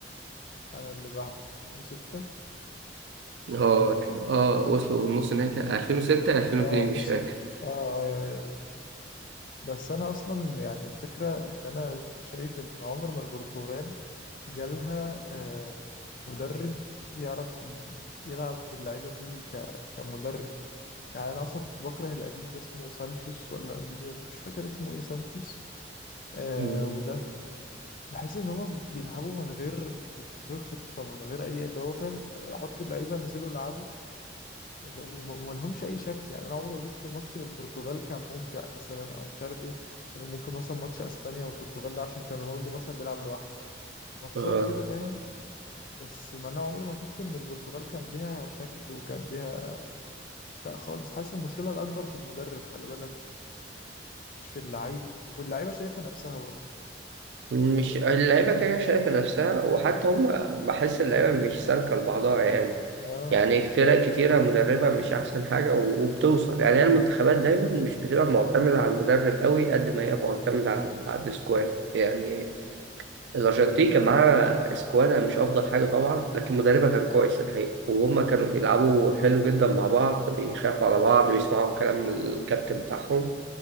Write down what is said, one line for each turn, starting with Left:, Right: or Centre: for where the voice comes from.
Left: أنا اللي بقى 2006
Right: اه اه وصلوا نص نهائي كا- 2006 2002
Left: أه
Right: مش
Left: نص
Right: فاكر
Left: أه أيوه أيوه بس أنا أصلا يعني الفكرة إن أنا شايف إن عمر ما البرتغال جالها آه، مدرب يعرف ي- يلعب اللعيبة دي ك- كمدرب يعني انا اصلا كنت بكره القديم ده اسمه سانتوس ولا جونيور مش فاكر اسمه ايه سانتوس آه
Right: مم.
Left: وده بحس ان هما بيلعبوا من غير من غير خطه من غير اي اللي هو فاهم آه، حط اللعيبه انزلوا العبوا اللي- وما وما لهمش اي شكل يعني انا عمري ما شفت ماتش للبرتغال كان ممتع مثلا او مش عارف ايه ممكن مثلا ماتش اسبانيا والبرتغال ده عشان كان رونالدو مثلا بيلعب لوحده ماتشات
Right: اه
Left: كده فاهم بس ما انا عمري ما شفت ان البرتغال كان ليها شكل وكان ليها لا خالص حاسس المشكله الاكبر في المدرب خلي بالك مش في اللعيبه واللعيبه شايفه نفسها برضه
Right: مش اللعيبة كده كده شايفة نفسها وحتى هم بحس اللعيبة مش سالكة لبعضها يعني
Left: اه
Right: يعني فرق كتيرة مدربة مش أحسن حاجة و- وبتوصل يعني هي المنتخبات دايما مش بتبقى معتمدة على المدرب قوي قد ما هي معتمدة على على السكواد يعني الأرجنتين كان معاها سكوادها مش أفضل حاجة طبعا لكن مدربها كان كويس الحقيقة وهم كانوا
Left: مم.
Right: بيلعبوا حلو جدا مع بعض بيخافوا على بعض بيسمعوا كلام الكابتن بتاعهم